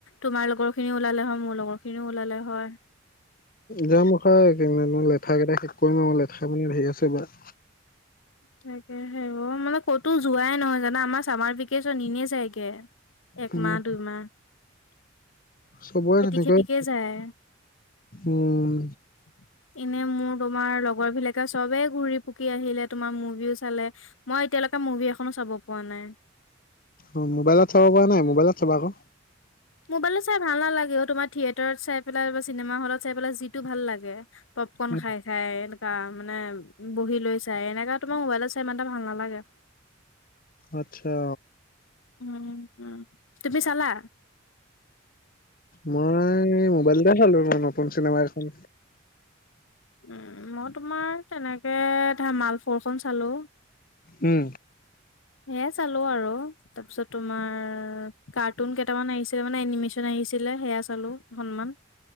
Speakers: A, on the left; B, on the left.
A: তোমাৰ লগৰ খিনিও ওলালে হয়, মোৰ লগৰ খিনিও ওলালে হয়।
B: যাম ৰখা লেঠা কেইটা শেষ কৰিম আৰু লেঠা বোৰ ধেৰ আছে এই বাৰ
A: তাকেহে অও' মানে ক'তো যোৱাই নহয় জানা, আমাৰ চামাৰ ভেকেচন এনেই যায়গে। একমাহ,
B: উম,
A: দুই মাহ।
B: চবৰেই তেনেকৈ
A: খেতিকে যায়।
B: উম
A: <inaudible> এনেই মোৰ তোমাৰ লগৰ বিলাকে চবেই ঘূৰি পুকি আহিলে তোমাৰ মোবিও চালে মই এতিয়ালৈকে মুভি এখনো চাব পোৱা নাই
B: অ মোবাইল চাব পাৰা নাই মোবাইলত চাবা আকৌ
A: মোবাইলট চাই ভাল নালাগে অও' তোমাৰ থিয়েটাৰত চাই পেলাই বা চিনেমা হলত চাই পেলাই যিটো ভাল লাগে। পপকৰ্ন
B: উম,
A: খাই খায় এনেকা মানে বহি লৈ চাই এনেকা তোমাৰ মোবাইলত চাই ইমান এটা ভাল নালাগে
B: আতচ্ছা।
A: উম উম তুমি চালা
B: মই মানে এই মোবাইলতে চালো মই নতুন চিনেমাগেখন।
A: উম মই তোমাৰ তেনেকে ধামাল ফৰ খন চালো
B: উম
A: সেয়াই চালো আৰু তাৰপিছত তোমাৰ কাৰ্টুন কেইটামান আহিছিলে মানে এনিমেচন আহিছিলে সেয়া চালো হনুমান।